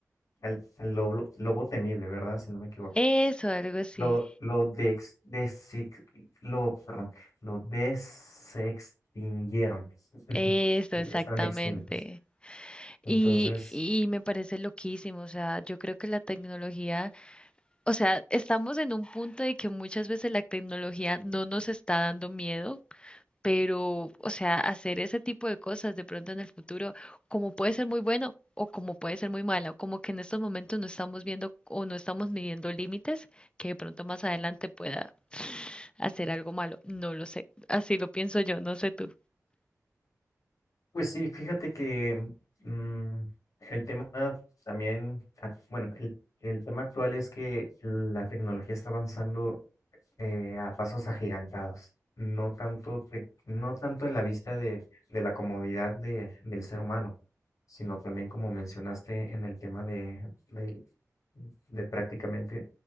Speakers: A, on the left; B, on the left.
A: Al, al lobo, lobo temible, ¿verdad? Si no me equivoco.
B: Eso, algo así.
A: Lo, lo, dex, desix- lo, perdón, lo desextinguieron. <laughs>
B: Eso,
A: Porque
B: exactamente.
A: ya están extintos. Entonces,
B: Y, y me parece loquísimo, o sea, yo creo que la tecnología, o sea, estamos en un punto de que muchas veces la tecnología no nos está dando miedo, pero, o sea, hacer ese tipo de cosas de pronto en el futuro, como puede ser muy bueno o como puede ser muy malo, como que en estos momentos no estamos viendo o no estamos midiendo límites que de pronto más adelante pueda hacer algo malo, no lo sé, así lo pienso yo, no sé tú.
A: pues sí, fíjate que mm, el tema también, ac- bueno, el, el tema actual es que la tecnología está avanzando eh, a pasos agigantados, no tanto, te- no tanto en la vista de, de la comodidad de, del ser humano, sino también como mencionaste en el tema de, de, de prácticamente